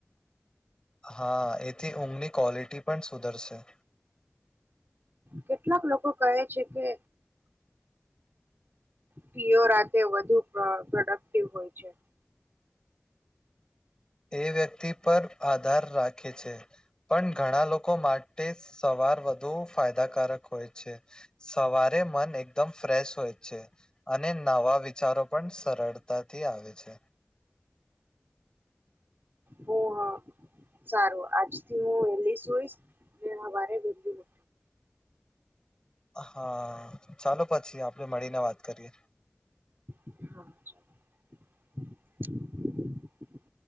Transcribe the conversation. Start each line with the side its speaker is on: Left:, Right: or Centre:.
Left: હા એથી ઊંઘની ક્વોલિટી પણ સુધરશે
Right: કેટલાક લોકો કહે છે કે પીયો રાતે વધુ પ્રોડક્ટિવ હોય છે
Left: એ વ્યક્તિ પર આધાર રાખે છે પણ ઘણા લોકો માટે સવાર વધુ ફાયદાકારક હોય છે સવારે મન એકદમ ફ્રેશ હોય છે અને નવા વિચારો પણ સરળતાથી આવે છે
Right: હ હા સારું આજ થી હું વેલી સુઈશ સવારે વલી મકીશ
Left: હા ચાલો પછી આપડણે મળીને વાત કરીએ
Right: <inaudible>